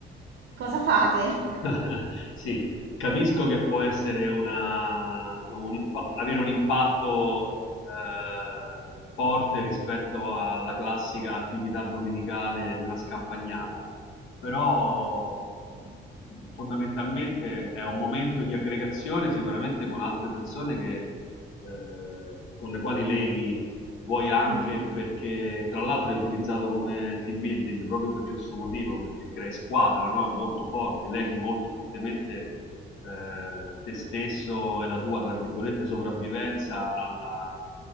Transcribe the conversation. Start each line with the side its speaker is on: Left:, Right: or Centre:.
Right: cosa fate.
Left: <laughs> Sì, capisco che può essere una, diciamo, un impa- avere un impatto eh, forte rispetto alla classica attività domenicale di una scampagnata, però mh, fondamentalmente è un momento di aggregazione sicuramente con altre persone che, eh, con le quali leghi Vuoi anche
Right: Ah,
Left: perché, tra l'altro, è utilizzato come team building proprio per questo motivo, perché crei squadra, no? Molto forte, leghi molto fortemente eh, te stesso e la tua, tra virgolette, sopravvivenza alla,